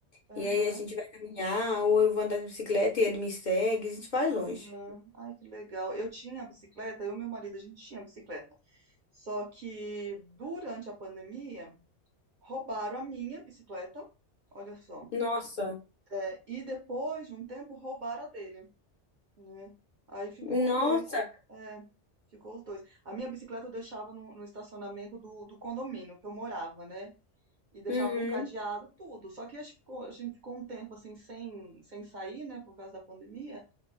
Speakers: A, on the right (about 50°); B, on the left (about 50°).
A: aham,
B: E aí a gente vai caminhar, ou eu vou andar de bicicleta e ele me segue, a gente vai longe.
A: aham. Ai, que legal. Eu tinha bicicleta, eu e meu marido, a gente tinha bicicleta. Só que durante a pandemia roubaram a minha bicicleta, olha só,
B: Nossa,
A: é, e depois de um tempo roubaram a dele, né? Aí ficou
B: nossa,
A: os dois, é, ficou os dois. A minha bicicleta eu deixava no, no estacionamento do, do condomínio que eu morava, né? E deixava
B: uhum.
A: com cadeado tudo. Só que a gente ficou, a gente ficou um tempo assim sem, sem sair, né, por causa da pandemia.